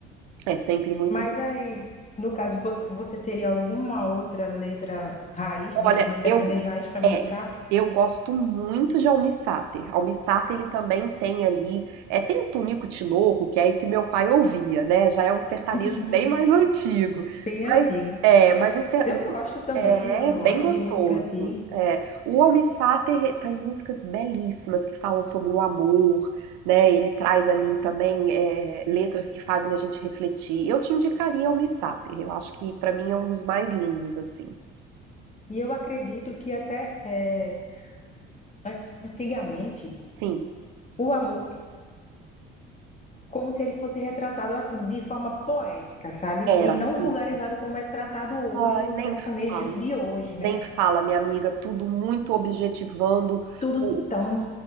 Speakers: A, on the right (about 70°); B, on the left (about 25°).
A: É sempre muito
B: Mas
A: bom.
B: aí, no caso, você, você teria alguma outra letra raiz,
A: Olha,
B: de, de sertanejo
A: eu
B: raiz, para me
A: é,
B: indicar?
A: eu gosto muito de almissáter. Almissáter ele também tem ali, é, tem o Tunico Tinoco, que é o que meu pai ouvia, né? Já é um sertanejo
B: <laughs>
A: bem mais antigo.
B: Bem antigo.
A: Mas é, mas o, ser-
B: Eu
A: o-
B: gosto também,
A: é
B: eu gosto
A: é bem gostoso.
B: de música antiga.
A: É, o almissáter tem músicas belíssimas que falam sobre o amor, né? Ele traz ali também é, letras que fazem a gente refletir. Eu te indicaria almissáter. Eu acho que para mim é um dos mais lindos assim.
B: E eu acredito que até eh, an- antigamente
A: Sim,
B: o amor, como se ele fosse retratado assim, de forma poética, sabe?
A: era
B: E não
A: tudo.
B: vulgarizado como é tratado hoje
A: Ai,
B: no
A: nem
B: sertanejo
A: fala.
B: de hoje, né?
A: Nem fala, minha amiga, tudo muito objetivando,
B: Tudo
A: o-
B: tão.